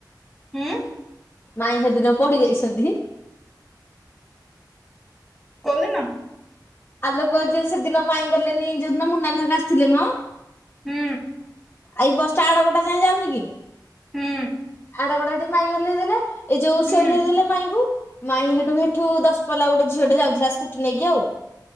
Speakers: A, in the centre; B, on the left.
A: ହୁଁ।
B: ମାଇଁ ସେଦିନ ପଡିି ଯାଇଛନ୍ତି।
A: କୋଉଦିନ?
B: ଆଉ ଲୋକ ଯିଏ ସେଦିନ ମାଇଁ ଗଲେନି ଯୋଉଦିନ ମୁନୁନାନି ହକା ଆସିଥିଲେ ମ।
A: ହୁଁ।
B: ଆଇ ବସ ଟା ଆଡ ବଟା ଯାଉନି କି
A: ହୁଁ
B: ଆଡବଟା ଟି ମାଇଁ ଓହ୍ଲାଇ ଦେଲେ। ଏଇ ଯୋଉ
A: ହୁଁ
B: ସେ ଓହ୍ଳେଇ ଦେଲେ ମାଇଁଙ୍କୁ ମାଇ ସେଠୁ ସେଠୁ ଦଶପଲା ଗୋଟେ ଝିଅଟେ ଯାଉଥିଲା ସ୍କୁଟି ନେଇକି ଆଉ।